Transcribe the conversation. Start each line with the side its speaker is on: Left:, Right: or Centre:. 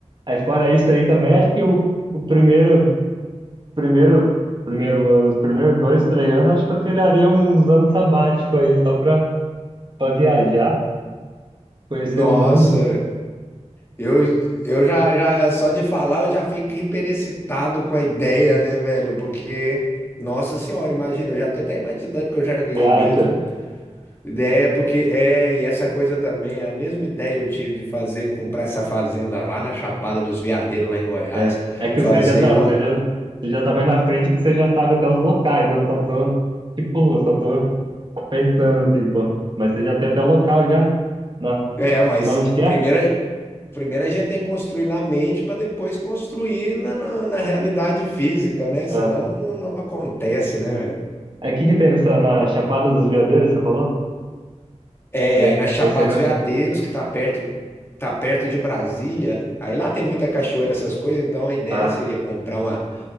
Right: aí fora isso aí também, acho que o, o primeiro, primeiro, primeiro ano, os primeiros dois, três anos, acho que eu tiraria uns anos sabático aí só para para viajar, conhecer
Left: Nossa,
Right: o mundo.
Left: Eu, eu já, já, só de falar, eu já fico hiperexcitado com a ideia, né, velho? Porque, nossa senhora, imagina, eu já tô até imaginando que eu já ganhei
Right: Você acha?
Left: mesmo. É, porque, é, e essa coisa também, é a mesma ideia eu tive de fazer, comprar essa fazenda lá na Chapada dos Veadeiros, lá em Goiás,
Right: É, é que
Left: fazer
Right: você já tá,
Left: uma.
Right: você já, você já tá mais na frente que você já sabe até os locais. Eu só tô, tipo, eu só tô pensando assim, pô. Mas você já tem até o local já? Na,
Left: É, mas
Right: na onde que é?
Left: primeiro, primeiro a gente tem que construir na mente para depois construir na, na, na realidade física, né? Senão
Right: É.
Left: não, não acontece, né, velho?
Right: Aí o que que tem nessa, na Chapada dos Veadeiros, você falou?
Left: É,
Right: É,
Left: aí na Chapada
Right: é isso aí mesmo?
Left: dos Veadeiros, que tá perto, tá perto de Brasília, aí lá tem muita cachoeira, essas coisas, então a ideia
Right: Ah,
Left: seria comprar uma,